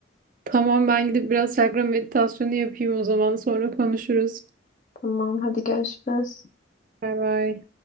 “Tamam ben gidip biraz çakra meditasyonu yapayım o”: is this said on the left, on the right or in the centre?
Right